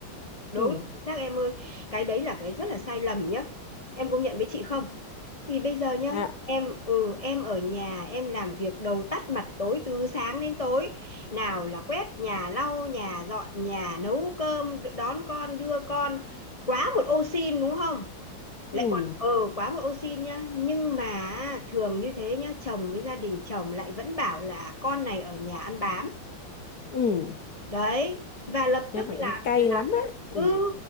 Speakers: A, on the left (about 30°); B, on the left (about 50°).
A: Đúng,
B: ừ
A: chính xác em ơi. Cái đấy là cái rất là sai lầm nhá. Em công nhận với chị không? Vì bây giờ nhá,
B: à
A: em ừ em ở nhà em làm việc đầu tắt mặt tối từ sáng đến tối. Nào là quét nhà, lau nhà, dọn nhà, nấu cơm, đón con, đưa con. Quá một ô xin đúng không?
B: ừ
A: Lại còn ờ quá một ô xin nhá. Nhưng mà thường như thế nhá, chồng với gia đình chồng lại vẫn bảo là con này ở nhà ăn bám.
B: ừ
A: Đấy, và lập
B: nhưng
A: tức
B: mà
A: là
B: em cay
A: là
B: lắm á ừ
A: ừ